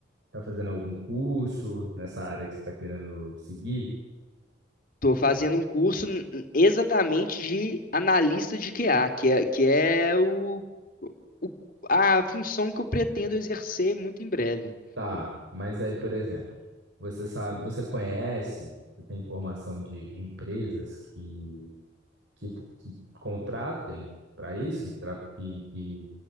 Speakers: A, on the right; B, on the left.
A: tá fazendo algum curso nessa área que você está querendo seguir?
B: Estou fazendo um curso n- n- exatamente de analista de QA, que é, que é o, o- a função que eu pretendo exercer muito em breve.
A: Tá, mas aí, por exemplo, você sabe, você conhece, você tem informação de, de empresas que, que, que contratem para isso, tra- que, que